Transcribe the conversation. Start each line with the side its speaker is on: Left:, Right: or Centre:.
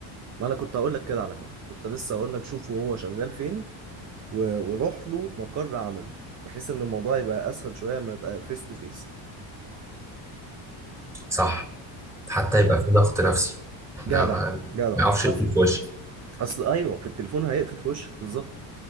Right: ما انا كنت هقول لك كده على فكره كنت لسه هقول لك شوف وهو شغال فين و- وروح له مقر عمله بحيث ان الموضوع يبقى اسهل شويه ما يبقى فيس تو فيس
Centre: صح حتى يبقى في ضغط نفسي
Right: جدع
Centre: لا ما
Right: جدع
Centre: ما يعرفش يقفل
Right: اصل
Centre: في وشي
Right: اصل ايوه في التليفون هيقفل في وشك بالظبط